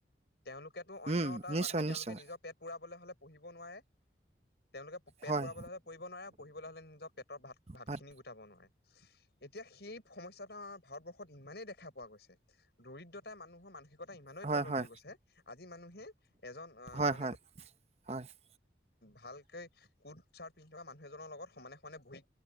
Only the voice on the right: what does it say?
উম
নিশ্চয়
নিশ্চয়
হয়
হয়
হয়
হয়
হয়
হয় হয় <unintelligible>